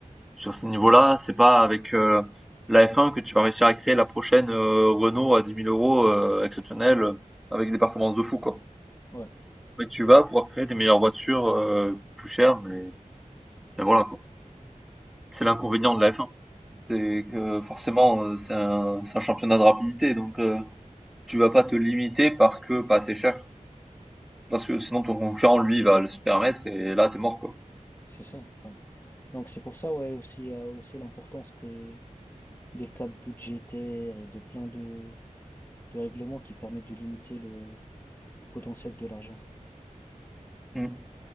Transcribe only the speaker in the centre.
sur ces niveaux-là, c'est pas avec euh, la F1 que tu vas réussir à créer la prochaine euh, Renault à 10 000 euros euh, exceptionnelle euh, avec des performances de fou, quoi.
Mais tu vas pouvoir créer des meilleures voitures euh, plus chères, mais, mais voilà, quoi. C'est l'inconvénient
de la F1. C'est
que forcément, euh, c'est un, c'est un championnat de rapidité, donc euh, tu vas pas te limiter parce que pas assez cher. C'est Parce que sinon ton concurrent, lui, va le se permettre et là, t'es mort, quoi.
Mm.